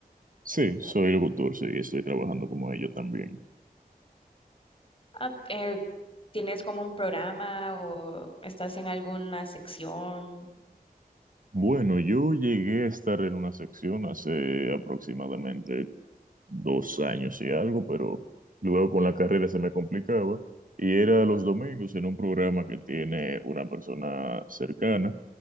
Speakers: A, on the right; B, on the left.
A: Sí, soy locutor, sí, y estoy trabajando como ello también.
B: Ah, eh, ¿tienes como un programa o estás en alguna sección?
A: Bueno, yo llegué a estar en una sección hace aproximadamente dos años y algo, pero luego con la carrera se me complicaba. Y era los domingos en un programa que tiene una persona cercana.